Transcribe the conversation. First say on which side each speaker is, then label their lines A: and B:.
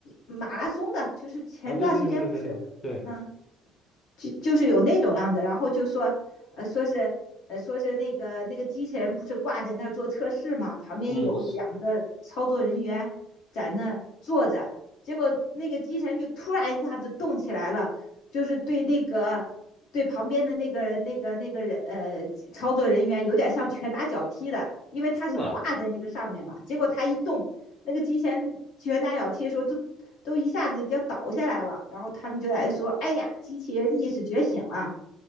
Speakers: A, on the left (about 75°); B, on the left (about 25°).
A: 马拉松的，就是前段时间不是，
B: 啊，对对对对对对对，
A: 嗯。就就是有那种样子，然后就说，呃，说是，呃，说是那个那个机器人不是挂在那儿做测试嘛，旁边有两个操作人员在那坐着，
B: 嗯，
A: 结果那个机器人就突然一下子动起来了，就是对那个对旁边的那个那个那个人呃操作人员有点像拳打脚踢的，因为他是挂在那个上面嘛，
B: 是吗？
A: 结果他一动。那个机前拳打脚踢的时候都都一下子要倒下来了，然后他们就在说：“哎呀，机器人意识觉醒了。”